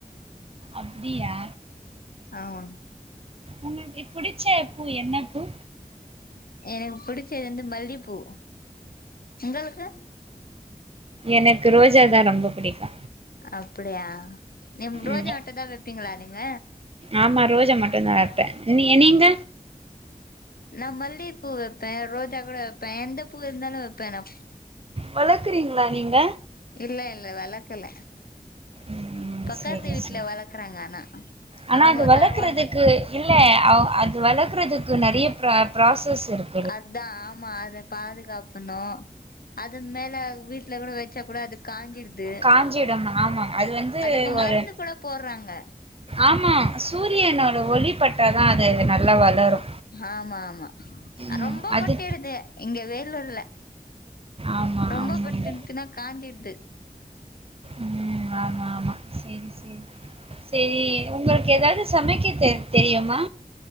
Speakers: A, on the right (about 40°); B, on the left (about 80°).
A: அப்டியா
B: ஆமா
A: உங்களுக்கு புடிச்ச பூ என்ன பூ
B: எனக்கு புடிச்சது வந்து மல்லிப்பூ உங்களுக்கு
A: எனக்கு ரோஜா தா ரொம்ப புடிக்கு
B: அப்டியா நீங்க ரோஜா
A: ம்
B: மட்டுதா வைப்பீங்களா நீங்க
A: ஆமா ரோஜா மட்டு தா வப்பே நீ நீங்க
B: நா மல்லியப் பூ வைப்பே ரோஜா கூட வைப்பே எந்த பூ இருந்தாலும் வைப்பே நா
A: வளக்கிறீங்களா நீங்க
B: இல்ல இல்ல வளக்கல
A: ம்
B: பக்கத்து
A: செரி
B: வீட்டுல
A: செரி
B: வளக்கறாங்க ஆனா
A: ஆனா
B: அவங்க
A: அது வளக்குறதுக்கு
B: தருவாங்க
A: இல்ல அவ அது வளக்குறதுக்கு நெறைய ப்ரா ப்ராசஸ் இருக்கு
B: அதா ஆமா அத பாதுகாக்கணும் அது மேல வீட்டுல கூட வச்சா கூட அது காஞ்சிடுது
A: காஞ்சிடும் ஆமாங்க அது வந்து
B: அதுக்கு மருந்து
A: ஒரு
B: கூட போடுறாங்க
A: ஆமா சூரியனோட ஒளிபட்டா அது நல்லா வளரு
B: ஆமா ஆமா
A: ம்
B: ரொம்ப
A: அது
B: பட்டிறுது இங்க வேலூர்ல
A: ஆமா
B: ரொம்ப
A: ஆமாங்க
B: பட்த்துன்னா காஞ்சிடுது
A: ம் ஆமா ஆமா சேம் சேம் சேம் உங்களுக்கு ஏதாவது சமைக்க தெரியுமா